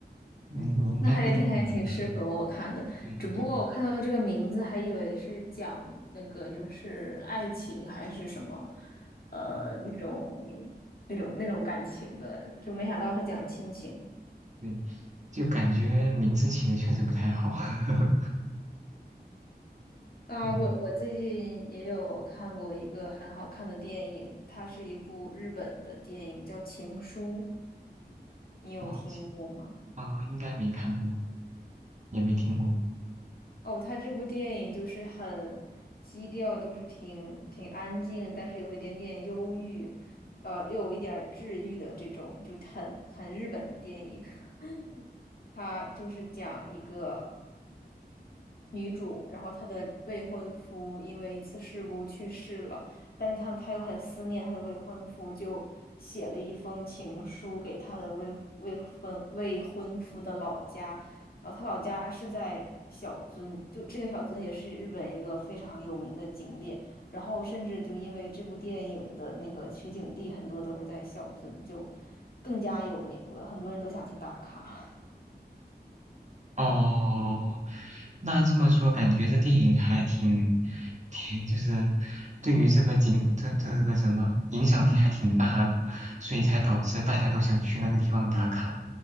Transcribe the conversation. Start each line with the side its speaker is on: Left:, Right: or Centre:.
Right: 嗯，
Left: <laughs>
Right: 你应该会挺喜欢的。
Left: 那还挺还挺适合我看的，
Right: 对对，
Left: 只不过我看到这个名字还以为是讲那个就是爱情还是什么，呃，
Right: 嗯，
Left: 那种那种那种感情的，就没想到是讲亲情。
Right: 对，就感觉名字起的确实不太好。<laughs>
Left: 啊，
Right: 嗯，
Left: 我，我最近也有看过一个很好看的电影，它是一部日本的电影，叫《情书》，你有听过吗？
Right: 我啊，呃应该没看过，也没听过。
Left: 哦，它这部电影就是很基调，就是挺挺安静，但是有一点点忧郁，呃，又有一点儿治愈的这种，就很很日本的电影。<laughs> 它就是讲一个女主，然后她的未婚夫因为一次事故去世了，但是她她又很思念她的未婚夫，就写了一封情书给她的未未婚未婚夫的老家，然后她老家是在小樽，就这个小樽也是日本一个非常有名的景点，然后甚至就因为这部电影的那个取景地很多都是在小樽，就更加有名了，很多人都想去打卡。
Right: 哦，哦那这么说，感觉这电影还挺，挺就是对于这个景，这这这个什么影响力还挺大的，所以才导致大家都想去那个地方打卡。